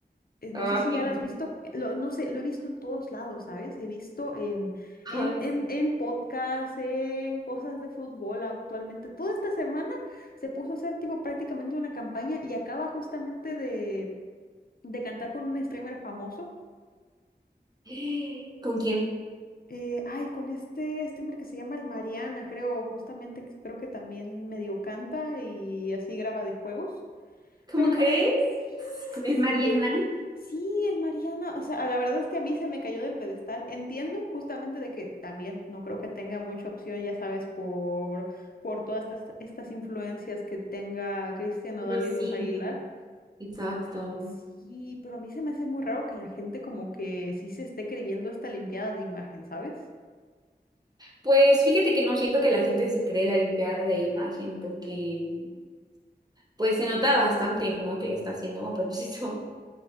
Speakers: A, on the left; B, on the right.
A: eh, No
B: Ay,
A: sé si ya las
B: no.
A: has visto, eh, lo- no sé, lo he visto en todos lados, ¿sabes? He visto en,
B: Ay,
A: en, en, en podcasts, en cosas de fútbol actualmente. Toda esta semana se puso a hacer tipo prácticamente una campaña y acaba justamente de, de cantar con un streamer famoso.
B: sí. <gasps> ¿Con quién?
A: Eh, ay, con este streamer que se llama el Mariana, creo, justamente, que creo que también medio canta y así graba de juegos.
B: ¿Cómo
A: Pero
B: crees?
A: sí, sí,
B: ¿Con el
A: sí.
B: Mariana?
A: Sí, el Mariana. O sea, la verdad es que a mí se me cayó del pedestal. Entiendo justamente de que también no creo que tenga mucha opción, ya sabes, por, por todas estas, estas influencias que tenga Cristian Nodal
B: No, sí,
A: y los Aguilar.
B: exacto.
A: Sí, pero a mí se me hace muy raro que la gente como que sí se esté creyendo esta limpiada de imagen, ¿sabes?
B: Pues fíjate que no siento que la gente se cree la limpiada de imagen porque pues se nota bastante, ¿no? Que lo está haciendo a propósito.